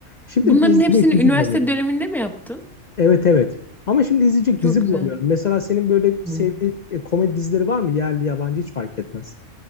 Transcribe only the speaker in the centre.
Bunların
hepsini
üniversite
döneminde mi yaptın?
Çok
güzel.
Hı.